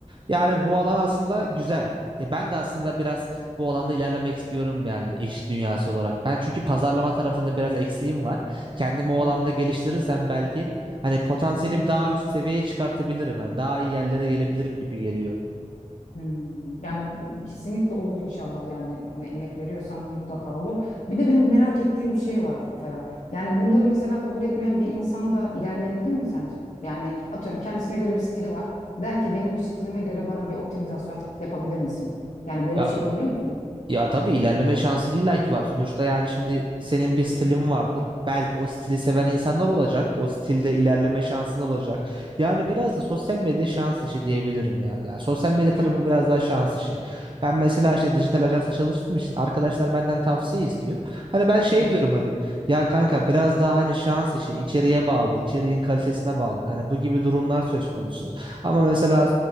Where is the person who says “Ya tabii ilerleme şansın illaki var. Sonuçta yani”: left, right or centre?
Right